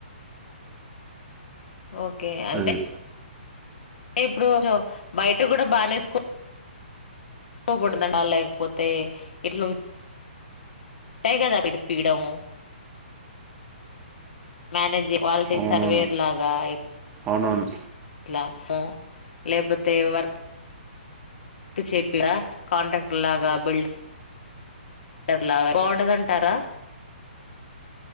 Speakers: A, on the left; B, on the right.
A: ఆ ఓకే అంటే
B: అది
A: అంటే ఇప్పుడు కొంచం బయట కూడా బానే స్కోప్ బడదండా లేకపోతే ఇట్లుంది ఉంటాయి కదా అక్కడ పీడం మానేజ్ క్వాలిటీ
B: అవునవును
A: సర్వేయర్ లాగా అయి
B: అవునవును
A: ఆ హా లేపోతే వర్ కు చెట్ల కాంట్రాక్టర్ లాగా బిల్డ లాగా బాగుండదంటారా